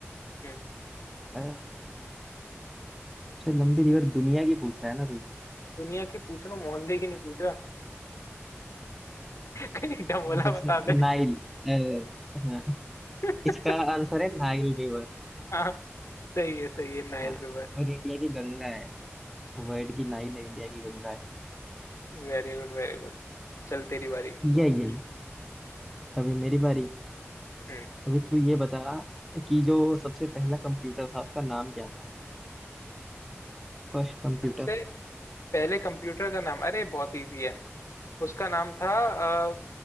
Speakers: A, on the left; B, in the centre.
A: हम्म
B: अ, सबसे लंबी रिवर दुनिया की पूछ रहा है ना तू
A: दुनिया की पूछ रहा हूँ मोहल्ले की नहीं पूछ रहा <laughs> कहीं डमोला
B: अ, सबसे
A: बता दे
B: नाइल अ, हाँ
A: <laughs>
B: इसका आंसर है नाइल रिवर
A: हाँ सही है सही है Nile
B: हाँ
A: river
B: और इंडिया की गंगा है वर्ल्ड की नाइल है इंडिया की गंगा है
A: Very good very good चल तेरी बारी
B: किया
A: तू पूछ
B: ये अभी मेरी बारी
A: हम्म
B: अभी तू ये बता कि जो सबसे पहला कंप्यूटर था उसका नाम क्या था First computer
A: सबसे पहले कंप्यूटर का नाम अरे बहुत इजी है उसका नाम था आ,